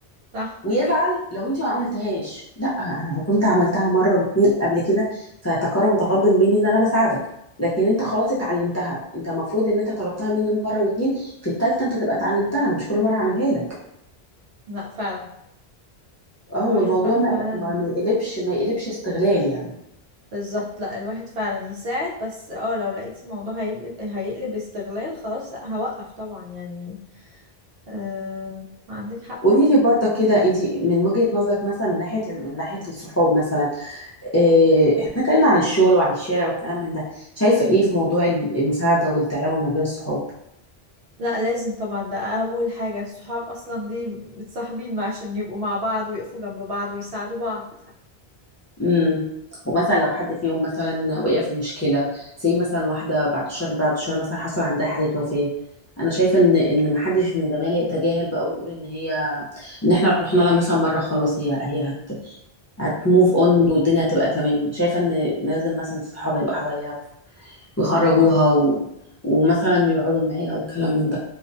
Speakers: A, on the right; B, on the left.
A: صح
B: ويزعل لو انت ما عملتهاش لا انا لو كنت عملتها مرة واتنين قبل كده فتكرم متفضل مني ان انا بساعدك لكن انت خلاص اتعلمتها انت المفروض ان انت طلبتها مني مرة واتنين في التالتة انت تبقى اتعلمتها انا مش كل مرة هعملها لك
A: لا فعلا
B: اه
A: الواحد
B: والموضوع
A: بقى
B: ما
A: فعلا
B: ما ما يقلبش ما يقلبش استغلال يعني
A: بالظبط لا الواحد فعلا يساعد بس اه لو لقيت الموضوع هيقلب هيقلب استغلال خلاص لا هوقف طبعا يعني آه... عندك حق
B: قولي لي برضك كده انت من وجهة نظرك مثلا من ناحية من ناحية الصحاب مثلا إيه، احنا اتكلمنا عن الشغل وعن الشارع والكلام من ده شايفة ايه في موضوع ال- المساعدة والتعاون ما بين الصحاب
A: لا لازم طبعا ده اول حاجة الصحاب اصلا ليه متصاحبين ما عشان يبقوا مع بعض ويقفوا جنب بعض ويساعدوا بعض
B: امم ومثلا لو حد فيهم مثلا وقع في مشكلة زي مثلا واحدة بعد شهر بعد شهر مثلا حصل عندها حالة وفاة انا شايفة ان ان ما حدش من زمايلي يتجاهل بقى ويقول ان هي ان احنا رحنا لها مثلا مرة خلاص هي هي هت هتموف اون والدنيا هتبقى تمام شايفة ان لازم مثلا صحابها يبقوا حواليها ويخرجوها
A: طبعا
B: و... ومثلا يقعدوا معاها والكلام من